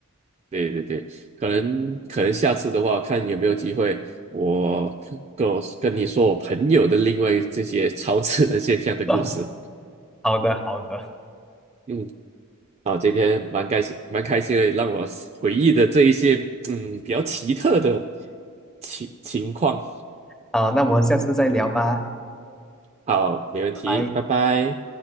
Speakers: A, on the right (about 30°); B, in the centre.
A: 对对对，可能可能下次的话，看有没有机会，我跟我跟你说我朋友的另外这些 <laughs> 超自然现象的故事。
B: <laughs> 好的，好的，
A: 嗯。啊，今天蛮开心，蛮开心的，让我回忆的这一些嗯比较奇特的情情况。
B: 好，那我们下次再聊吧，
A: 好，没问题，
B: 拜拜。
A: 拜拜。